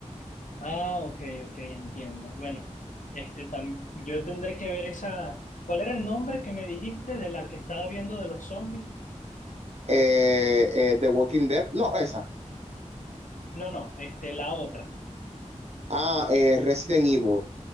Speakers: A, on the left (about 85°); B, on the right (about 55°).
A: Ah, ok, ok, entiendo. Bueno, este también, yo tendré que ver esa. ¿Cuál era el nombre que me dijiste de la que estaba viendo de los zombies?
B: Eh, eh, The Walking Dead, no, esa.
A: No, no, este, la otra.
B: Ah, eh, Resident Evil.